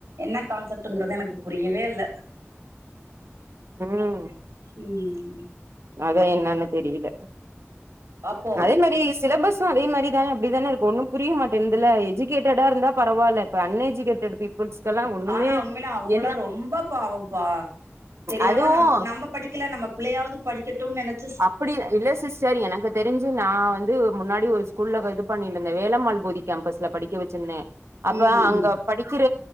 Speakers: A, on the right; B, on the right.
A: என்ன கான்செப்ட்டுங்கிறது எனக்கு புரியவே இல்ல
B: ம்.
A: ம்.
B: அதா என்னானு தெரியில
A: அப்போ
B: அதே மாரி சிலபஸ் து அதே மாரிதாக அப்டிதான இருக்கு ஒன்னும் புரிய மாட்டேன்து இல்ல எஜுகேட்டடா இருந்தா பரவால்ல இப்ப அன் எஜுகேட்டட் பீப்பிள் ஃப்ரெண்ஸுக்கெல்லா ஒண்ணுமே
A: ஆனா உண்மையில அவங்களா
B: என்னா
A: ரொம்ப பாவம் பா தெரியாம
B: அதுவும்
A: நம்ப நம்ப படிக்கல நம்ம புள்ளையாவது படிக்கட்டுனு நெனச்
B: அப்டி இல்ல சிஸ்டர் எனக்கு தெரிஞ்சு நா வந்து முன்னாடி ஒரு ஸ்கூல்ல இது பண்ணினுந்த வேலம்மாள் போதி கேம்பஸ்ல படிக்க வச்சிருந்த அப்ப
A: ம்
B: அங்க
A: ம்
B: படிக்கிற